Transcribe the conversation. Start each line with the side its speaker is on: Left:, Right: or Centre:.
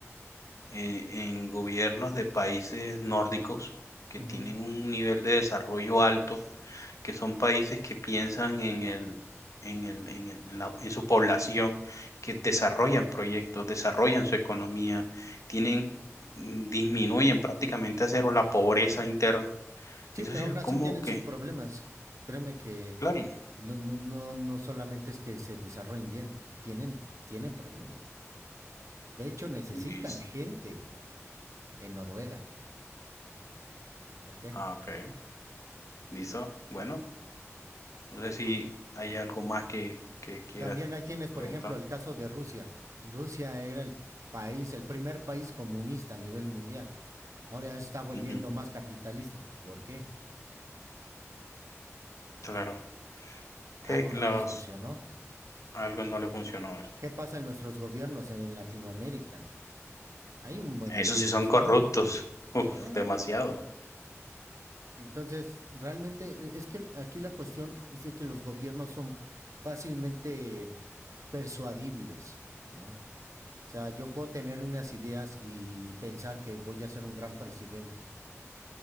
Left: en, en gobiernos de países nórdicos que
Right: Ujú.
Left: tienen un nivel de desarrollo alto, que son países que piensan en el, en el, en el- en la- en su población, que desarrollan proyectos, desarrollan su economía, tienen, mm, disminuyen prácticamente a cero la pobreza interna.
Right: Sí,
Left: Eso
Right: pero
Left: sí,
Right: aún
Left: es
Right: así
Left: como
Right: tienen
Left: que,
Right: sus problemas. Créeme que
Left: claro,
Right: no, no, no, no solamente es que se desarrollen bien, tienen, tienen problemas. De hecho, necesitan
Left: listo.
Right: gente en Noruega. ¿Por qué?
Left: Ah, ok, listo. Bueno, no sé si hay algo más que, que quieras
Right: También ahí tienes, por
Left: preguntar.
Right: ejemplo, el caso de Rusia. Rusia era el país, el primer país comunista a nivel mundial. Ahora ya se está volviendo
Left: Ujú,
Right: más capitalista. ¿Por qué?
Left: Claro. que
Right: Algo
Left: los,
Right: no les funcionó.
Left: a algunos no le funcionó eso.
Right: ¿Qué pasa en nuestros gobiernos en Latinoamérica? Hay un buen
Left: Esos
Right: de corrupción.
Left: sí son corruptos, Uf,
Right: ¿Eh?
Left: demasiado.
Right: Entonces, realmente es que aquí la cuestión es de que los gobiernos son fácilmente persuadibles, ¿no? O sea, yo puedo tener unas ideas y pensar que voy a ser un gran presidente,